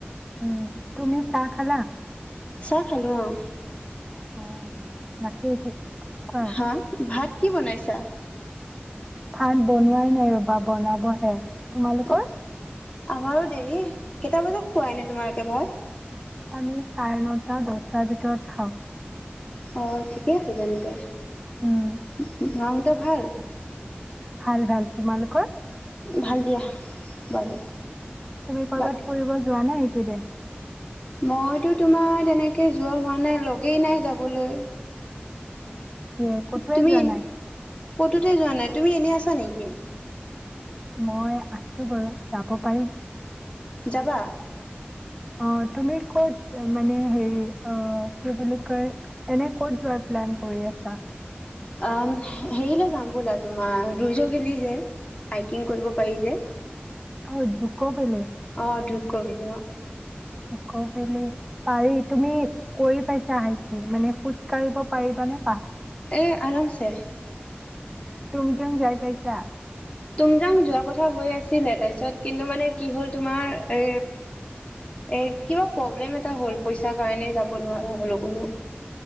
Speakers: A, in the centre; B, on the left.
A: উম, তুমি চাহ খালা?
B: চাহ খালোঁ, অহ।
A: অঁ তাকেই। কোৱা?
B: হা ভাত কি বনাইছা?
A: ভাত বনোৱাই- নাই ৰ'বা বনাব হে। তোমালোকৰ?
B: অ আমাৰো দেৰি। কেইটা বজাত খোৱা এনেই তোমালোকে ভাত?
A: আমি চাৰে নটা, দছটাৰ ভিতৰত খাওঁ।
B: অঁ ঠিকে আছে, তেন্তে।
A: উম,
B: <unintelligible> ঘৰত ভাল?
A: ভাল, ভাল। তোমালোকৰ?
B: ভাল দিয়া বাৰু।
A: তুমি কৰবাত
B: বাকী
A: ফুৰিব যোৱা নাই? <unintelligible>
B: মই'তো তোমাৰ তেনেকে যোৱা হোৱা নাই, লগেই নাই যাবলৈ।
A: এ ক'তোৱে
B: তুমি
A: যোৱা নাই?
B: ক'তোতে যোৱা নাই, তুমি এনেই আছা নেকি?
A: মই আছো বাৰু যাব পাৰিম।
B: যাবা?
A: অঁ তুমি ক'ত মানে, হেৰি কি বুলি কয়, এনেই ক'ত যোৱাৰ প্লেন কৰি আছা?
B: আ হেৰিলৈ যাম বলা। তোমাৰ দুইৰ্য খেলি যে হাইকিং কৰিব পাৰি যে।
A: অঁ যুক পেলে।
B: অ যুকোৱেলি অ।
A: যুকোৱেলী পাৰি তুমি কৰি পাইছা হাই কি মানে খোজ কঢ়িব পাৰিবানে?
B: এই আৰামছে
A: তুম জং যাই পাইছা?
B: তুম জাং যোৱা কথা হৈ আছিলে তাৰপিছত কিন্তু মানে কি হল তোমাৰ এ এ কিবা প্ৰব্লেম এটা হল পইচাৰ কাৰণে যাব নোৱাৰা হলো কোনো